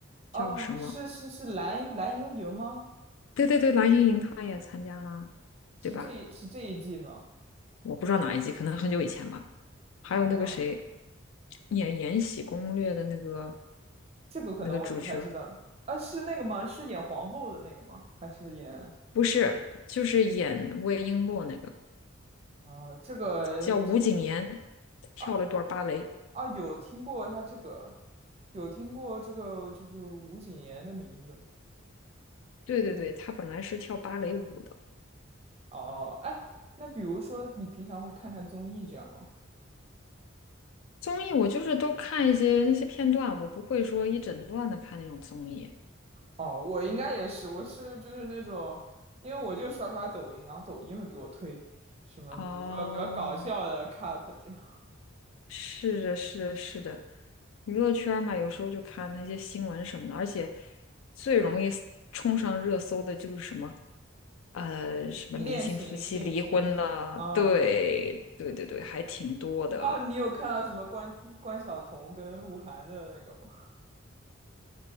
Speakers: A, on the right (about 30°); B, on the left (about 70°).
A: 哦是是是蓝蓝盈莹吗？
B: 叫什么？对对对，蓝盈莹她也参加了，
A: 是这是这一季吗？
B: 对吧？我不知道哪一季，可能很久以前吧。还有那个谁，
A: 啊啊，
B: 演《延禧攻略》的那个
A: 这个可能我就不太知道了。
B: 那个主角儿，
A: 啊，是那个吗？是演皇后的那个吗？还是演
B: 不是，就是演魏璎珞那个
A: 啊这个这？
B: 叫吴谨言，跳了一段芭蕾。
A: 啊？啊，有听过他这个，有听过这个，就是吴谨言的名字。
B: 对对对，
A: 嗯，
B: 她本来是跳芭蕾舞的。
A: 哦，哎，那比如说你平常会看看综艺这样吗？
B: 综艺我就是都看一些那些片段，我不会说一整段的看那种综艺。
A: 哦，我应该也是，
B: 嗯，
A: 我是就是那种，因为我就刷刷抖音，然后抖音会给我推什么，
B: 哦，
A: 比如说比较搞笑的 cut 这样，
B: 是的，是的，是的，娱乐圈儿嘛，有时候就看那些新闻什么的，而且最容易 s- 冲上热搜的就是什么呃，什么明星夫妻离婚了，
A: 恋情恋情什么。啊，
B: 对对对对，
A: 对，
B: 还挺多的。
A: 啊，你有看到什么关关晓彤跟鹿晗的那个吗？